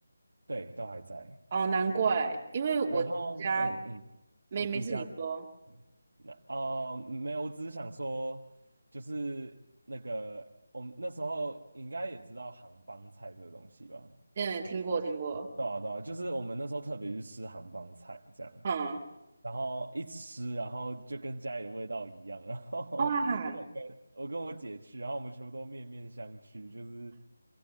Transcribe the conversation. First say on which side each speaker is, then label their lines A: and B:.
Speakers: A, on the right; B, on the right.
A: 对，都还在。
B: 哦，难怪，因为我家
A: 然后，嗯嗯，
B: 没没事，
A: 你你家怎样
B: 你说，
A: 那哦，没有，我只是想说，就是那个我们那时候应该也知道杭帮菜这个东西吧？
B: 嗯，听过听过，
A: 对啊对啊，就是我们那时候特别去吃杭帮菜这样，
B: 嗯，
A: 然后一吃，然后就跟家里的味道一样。然后
B: 哇，
A: <laughs> 因为我跟我跟我姐去，然后我们全部都面面相觑，就是